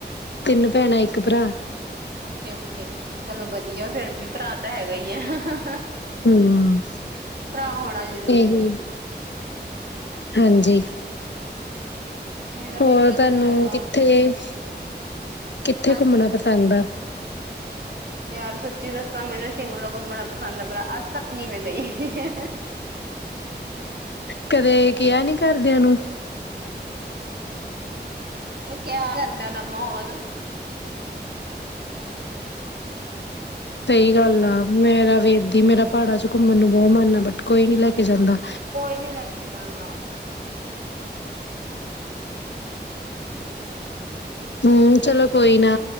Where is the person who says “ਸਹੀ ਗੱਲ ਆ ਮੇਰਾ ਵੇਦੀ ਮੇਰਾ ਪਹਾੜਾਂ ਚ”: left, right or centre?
Left